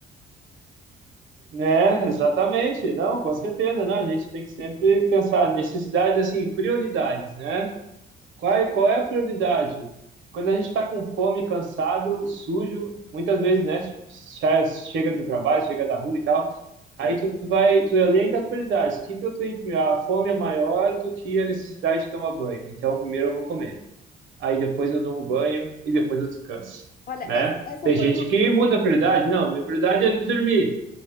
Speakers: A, on the right; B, on the left.
A: Né, exatamente. Não, com certeza, né? A gente tem que sempre pensar necessidades, assim, prioridades, né? Qual é, qual é a prioridade? Quando a gente está com fome, cansado, sujo, muitas vezes, né? tipo, já chega do trabalho, chega da rua e tal. Aí tu vai, tu elenca as prioridades. O que que eu tenho que... A fome é maior do que a necessidade de tomar banho. Então, primeiro eu vou comer. Aí depois eu tomo banho e depois eu descanso,
B: Olha,
A: né?
B: essa, essa
A: Tem
B: foi
A: gente
B: uma,
A: que muda a prioridade. Não, minha prioridade é dormir,